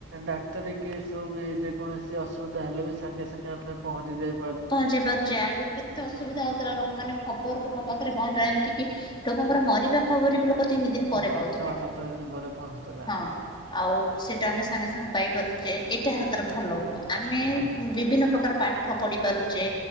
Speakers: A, on the right; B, on the left.
A: ଡାକ୍ତରୀ କେ ହବ ଯେକୌଣସି ଅସୁବିଧା ହେଲେ ବି ସାଙ୍ଗେ ସାଙ୍ଗେ ଆମେ ପହଞ୍ଚିଯାଏ
B: ପହଞ୍ଚି ପାରୁଛିେ ଆଗରୁ କେତେ ଅସୁବିଧା ହଉଥିଲା ଲୋକମାନୋନେ ଖବର ଲୋକଙ୍କ ପାଖରେ କଣ ଜଣ ଏମିତି କି ଲୋକଙ୍କର ମରିବା ଖବର ବି ଲ ଏକ ତିନି ଦିନ ପରେ
A: ହଁ
B: ପାଉଥିଲେ
A: ଛଅ ସାତ ଦିନ ପରେ ପହଞ୍ଚିଥିଲା
B: ହଁ ଆଉ ସେଇଟା ଆମେ ସାଙ୍ଗେ ସାଙ୍ଗେ ପାଇପାରୁଛୁ ଯେ ଏଇଟା ହାର ତର
A: ଆଜ୍ଞା
B: ଭଲ ଗୁଣ ଆମେ
A: ଆଜ୍ଞା
B: ବିଭିନ୍ନ ପ୍ରକାର ପାଠ ପଢ଼ିପାରୁଛେ